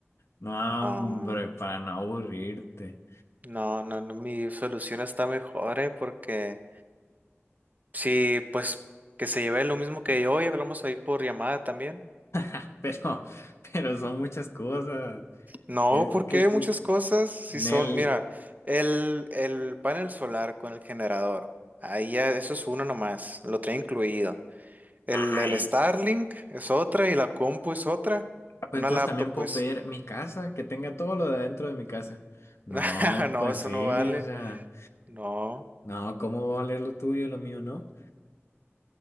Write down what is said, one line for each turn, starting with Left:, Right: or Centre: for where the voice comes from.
Left: No,
Right: No,
Left: hombre, para no aburrirte.
Right: no, no, no, mi solución está mejor, ¿eh? Porque sí, pues que se lleve lo mismo que yo y hablamos ahí por llamada también.
Left: <laughs> Pero, pero son muchas cosas.
Right: No,
Left: Es
Right: porque
Left: que tú,
Right: muchas cosas, si
Left: Nel,
Right: son, mira, el, el panel solar con el generador, ahí ya, eso es uno nomás, lo trae incluido. El,
Left: ay.
Right: el Starlink es otra y la compu es otra.
Left: ah, Pues
Right: Una
Left: entonces
Right: laptop,
Left: también puedo
Right: pues,
Left: pedir mi casa, que tenga todo lo de adentro de mi casa. No,
Right: <laughs> no,
Left: pues
Right: eso
Left: sí,
Right: no vale.
Left: o sea,
Right: No,
Left: no, ¿cómo va a valer lo tuyo y lo mío, no?